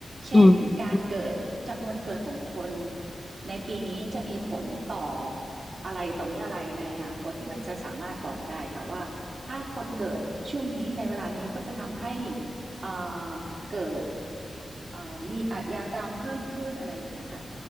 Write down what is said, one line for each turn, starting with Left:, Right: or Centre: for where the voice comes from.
Right: เช่นการเกิดจำนวนเกิดของคน
Left: อืม
Right: ในปีนี้จะมีผลต่ออะไรต่อมีอะไรในอนาคตที่มันจะสามารถบอกได้ค่ะว่าถ้าคนเกิดช่วงนี้ในเวลานี้ก็จะทำให้เอ่อเกิดเอ่อมีอาชญากรรมเพิ่มขึ้นอะไรอย่างเงี้ยค่ะ